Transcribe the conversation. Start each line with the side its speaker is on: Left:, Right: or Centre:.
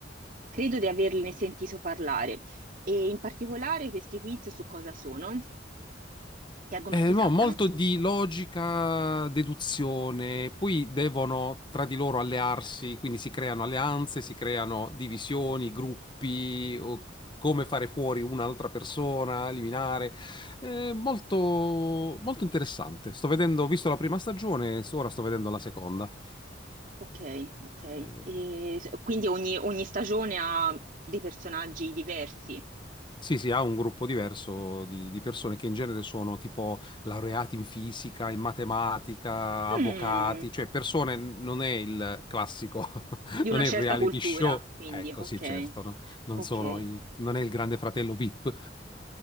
Right: Credo di averne sentito parlare. E in particolare questi quiz su cosa sono, che argomenti
Left: Eh, no,
Right: trattano.
Left: molto di logica, deduzione, poi devono tra di loro allearsi, quindi si creano alleanze, si creano divisioni, gruppi, o come fare fuori un'altra persona, eliminare. Eh, molto, molto interessante. Sto vedendo, ho visto la prima stagione, ora sto vedendo la seconda.
Right: Ok, ok.
Left: Eh,
Right: E s- quindi ogni, ogni stagione ha dei personaggi diversi,
Left: Sì, sì, ha un gruppo diverso di, di persone che in genere sono tipo laureati in fisica, in matematica,
Right: Mm,
Left: avvocati, cioè persone, non è il classico, <laughs>
Right: di
Left: non
Right: una certa
Left: è il reality
Right: cultura,
Left: show.
Right: quindi
Left: Ecco,
Right: ok,
Left: sì, certo, no? Non
Right: ok.
Left: sono i- non è il Grande Fratello VIP.